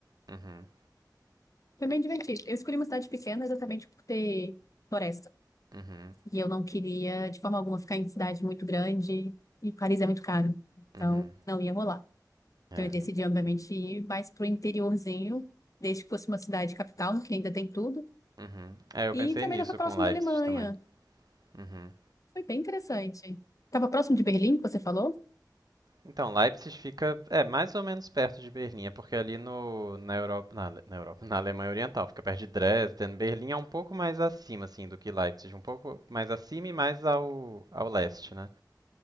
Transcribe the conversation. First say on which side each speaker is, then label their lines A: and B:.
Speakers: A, on the right; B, on the left.
A: Uhum.
B: Foi bem divertido. Eu escolhi uma cidade pequena exatamente por ter floresta.
A: Uhum.
B: E eu não queria, de forma alguma, ficar em cidade muito grande. E Paris é muito caro. Então,
A: Uhum.
B: não ia rolar.
A: É,
B: Então, eu decidi, obviamente, ir mais pro interiorzinho, desde que fosse uma cidade capital, que ainda tem tudo.
A: Uhum. É, eu
B: E
A: pensei
B: também
A: nisso
B: estava próximo
A: com Leipzig
B: da Alemanha.
A: também. Uhum.
B: Foi bem interessante. Estava próximo de Berlim, que você falou,
A: Então, Leipzig fica, é, mais ou menos perto de Berlim, é porque ali no, na Europa, na, Ale- na Europa, <laughs> na Alemanha Oriental, fica perto de Dresden. Berlim é um pouco mais acima, assim, do que Leipzig, um pouco mais acima e mais ao, ao leste, né?